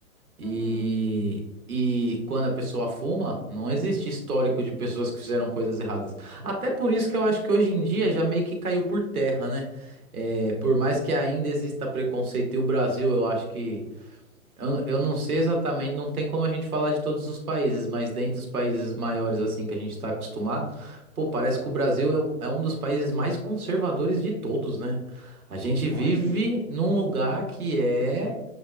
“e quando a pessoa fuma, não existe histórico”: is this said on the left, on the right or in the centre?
Right